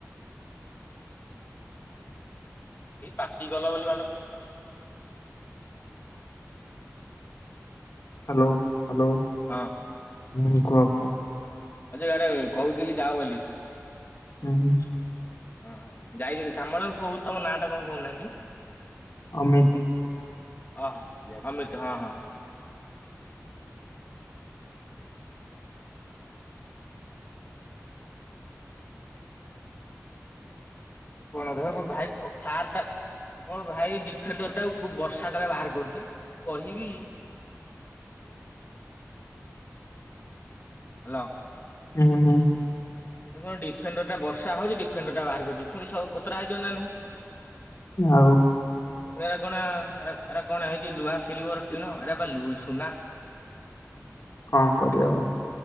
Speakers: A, on the left; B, on the left.
A: ଏ ପାଟି କଲା ବୋଲି ମ
B: ହ୍ୟାଲୋ ହ୍ୟାଲୋ
A: ହଁ
B: ହଁ କୁହ କୁହ?
A: ଅ ଯେ ଗଡେ କହୁଥିଲି ଯାଅ ବୋଲି।
B: ହୁଁ ହୁଁ।
A: ହ ଯାଇଛନ୍ତି ଶ୍ୟାମଳ କହୁ ତମ ନା ଟା କଣ କହୁନାହାନ୍ତି?
B: ଅମିତ
A: ହଁ ହଁ ଅମିତ ହଁ ହଁ। କ ଦେ ଭାଇ ର୍ଟା ହ ଭାଇଡି ଫେଣ୍ଡ ଟାଉ ବର୍ଷାଟାରେ ବାହାର କରୁଛି କହିବି ହ୍ୟାଲୋ!
B: ହୁଁ ହଁ।
A: କଣ ଡିଫେଣ୍ଡର ଟା ବର୍ଷା ହଉଛି ଡିଫେଣ୍ଡର ଟା ବାହାର କରୁଛି, ପୁଣି ସବୁ କତରା ହେଇଯିବ ନା ନାହିଁ।
B: ହଉ।
A: ପ ର କଣ <unintelligible> କଣ ହେଇଛି ଲୁହା ସିଲଭରଟି ନ ଏଇ ବା ଲୁଇ ସୁନା
B: କଣ କରିବା ଆଉ।